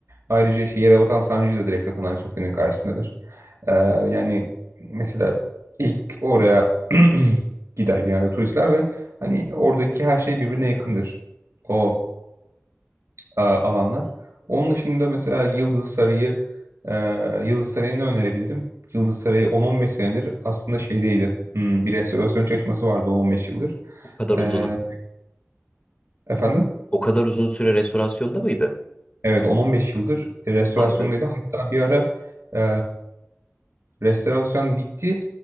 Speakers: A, on the right (about 90°); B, on the left (about 25°).
A: Ayrıca işte Yerebatan Sancı'yı da direkt zaten Ayasofya'nın karşısındadır. E, yani mesela ilk oraya <clears throat> gider genelde turistler ve hani oradaki her şey birbirine yakındır. O e, alanlar. Onun dışında mesela Yıldız Sarayı, e, Yıldız Sarayı'nı önerebilirim. Yıldız Sarayı 10-15 senedir aslında şeydeydi. Hmm, bir restorasyon çalışması vardı 10-15 yıldır.
B: O kadar
A: E,
B: uzun.
A: efendim?
B: O kadar uzun süre restorasyonda mıydı?
A: Evet 10-15 yıldır restorasyondaydı.
B: Vay be.
A: Hatta bir ara e, restorasyon bitti.